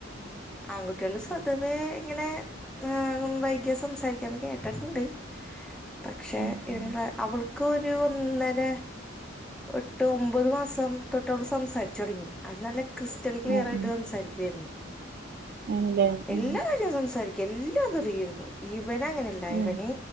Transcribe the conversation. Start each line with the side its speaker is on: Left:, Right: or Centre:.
Centre: ആൺകുട്ടിയാൾ സതവേ ഇങ്ങനെ ഏഹ് വൈ കിയ സംസാരിക്കാന്ന് കേട്ടിട്ടുണ്ട്. പക്ഷെ
Right: ഉം ഉം
Centre: ഇവിടെ ഉള്ള അവൾക്ക് ഒരു ഒന്നര എട്ട് ഒമ്പത് മാസം തൊട്ട് അവൾ സംസാരിച്ചു തുടങ്ങി അത് നല്ല ക്രിസ്റ്റൽ ക്ലിയർ
Right: ഉം
Centre: ആയിട്ട്
Right: ഉം
Centre: സംസാരിക്കുവായിരുന്നു.
Right: ആണല്ലേ ഉം
Centre: എല്ലാ കാര്യവും സംസാരിക്കും എൽ <unintelligible> ഇവന് അങ്ങനെല്ല
Right: ഉം
Centre: ഇവന്